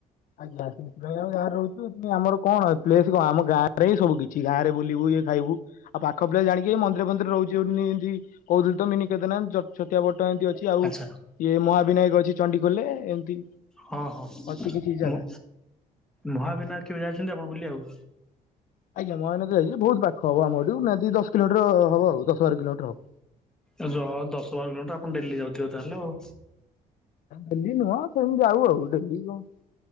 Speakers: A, on the left; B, in the centre.
A: ଆଜ୍ଞା। ଗଲା ଗାଁରେ ରହୁଚୁ, କିନ୍ତୁ ଆମର କଣ ପ୍ଲେସ୍ କଣ ଆମ ଗାଁରେହିଁ ସବୁ କିଛି, ଗାଁରେ ବୁଲିବୁ ଇଏ ଖାଇବୁ। ଆଉ ପାଖ ପ୍ଲେସ ଜାଣିକି ଏଇ ମନ୍ଦିର ଫନ୍ଦିର ରହୁଚିନି ଇନ୍ତି କହୁଥିଲ ତ ମିନି କେଦରନାଥ। ଜବ୍ ଛତିଆ ବଟ ଏନ୍ତି ଅଛି, ଆଉ
B: ଆଚ୍ଛା
A: ଏ ମହାବିନାୟକ ଅଛି ଚଣ୍ଡି ଖୋଲରେ ଏମିତି
B: ହଁ ହଁ
A: ଅଛି କିଛି ଜାଗା
B: ମୋ ମହାବିନାୟକ କେବେ ଯାଇଛନ୍ତି ଆପଣ ବୁଲିଆକୁ?
A: ଆଜ୍ଞା, ମହାୟନତ ଯାଇଚି ବହୁ ପାଖ ହବ ଆମର ଏଠୁ ନିହାତି ଦଶ କିଲୋମିଟର ହବ ଆଉ, ଦଶ ବାର କିଲୋମିଟର ହବ।
B: ଏ ଜ ଦଶ ବାର କିଲୋମିଟର ଆପଣ ଡେଲି ଯାଉଥିବେ ତାହେଲେ ଆଉ।
A: ଡେଲି ନୁହଁ ସେମ୍ ଯାଉ ଆଉ ଡେଲି କଣ।